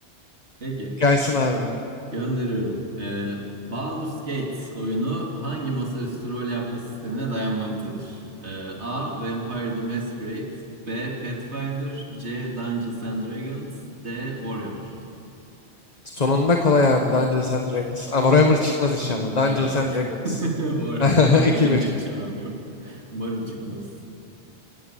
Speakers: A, on the right (about 80°); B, on the left (about 35°).
A: Peki,
B: <laughs> Gelsin abi.
A: gönderiyorum. Ee, Baldur's Gate oyunu hangi masaüstü rol yapma sistemine dayanmaktadır? Ee, A. Vampire the Masquerade B. Pathfinder C. Dungeons and Dragons D. Warhammer
B: Sonunda kolay abi. Dungeons and Dragons. Ama Warhammer çıkmaz inşallah. Dungeons
A: Bravo.
B: and Dragons.
A: <laughs> Warhammer'la
B: <laughs> 2-1.
A: benim de hiç aram yok. Umarım çıkmaz.